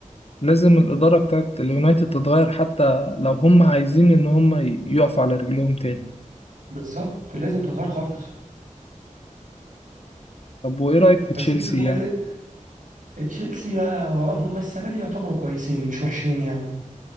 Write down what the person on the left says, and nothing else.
لازم الإدارة بتاعت اليونايتد تتغير حتى لو هم عايزين إن هم ي- يقفوا على رجلهم تاني
طب وإيه رأيك في
تشيلسي
يعني؟